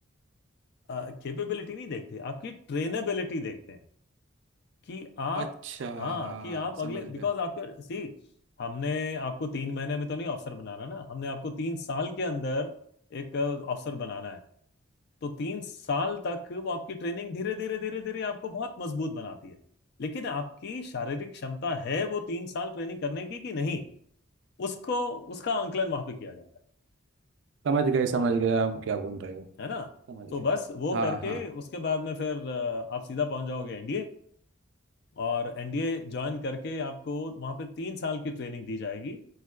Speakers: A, on the left; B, on the right.
A: कैपेबिलिटी नहीं देखते आपकी ट्रेनेबिलिटी देखते हैं कि आप
B: अच्छा हाँ
A: हाँ कि आप अगले
B: समझ गए
A: बिकॉज आपका सी हमने आपको तीन महीने में तो नहीं अफसर बनाना ना हमने आपको तीन साल के अंदर एक अफसर बनाना है तो तीन साल तक वो आपकी ट्रेनिंग धीरे धीरे धीरे धीरे आपको बहुत मजबूत बनाती है लेकिन आपकी शारीरिक क्षमता है वो तीन साल ट्रेनिंग करने की कि नहीं उसको उसका आंकलन वहां पे किया जाता है
B: समझ गए समझ गए हम क्या बोल रहे हो
A: है ना
B: समझ
A: तो
B: गए
A: बस वो
B: हाँ
A: करके
B: हाँ
A: उसके बाद में फिर अ, आप सीधा पहुंच जाओगे एनडीए और एनडीए ज्वाइन करके आपको वहाँ पे तीन साल की ट्रेनिंग दी जाएगी